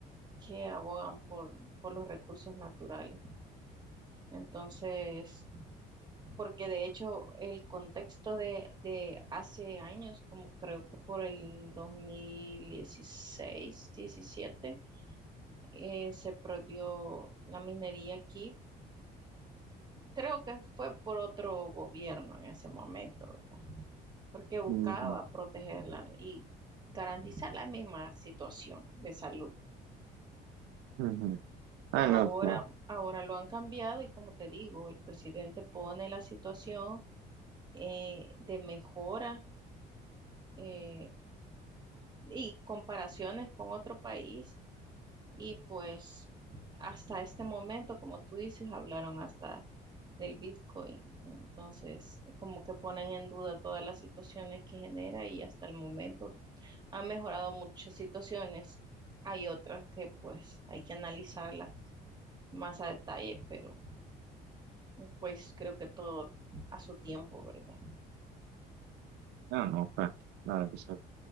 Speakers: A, on the right (about 25°); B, on the right (about 80°).
A: que abogan por, por los recursos naturales. Entonces, porque de hecho el contexto de, de hace años, como creo que por el 2016, 17, eh, se prohibió la minería aquí. Creo que fue por otro gobierno en ese momento, ¿verdad? Porque buscaba
B: Ujú,
A: protegerla y garantizar la misma situación de salud
B: ujú. Ah,
A: Ahora,
B: no, claro.
A: ahora lo han cambiado y como te digo, el presidente pone la situación eh, de mejora eh, y comparaciones con otro país y pues hasta este momento, como tú dices, hablaron hasta del Bitcoin. Entonces, como que ponen en duda todas las situaciones que genera y hasta el momento han mejorado muchas situaciones. Hay otras que pues hay que analizarlas más a detalle, pero... Pues creo que todo a su tiempo, ¿verdad?
B: No, no, claro. Claro, o sea,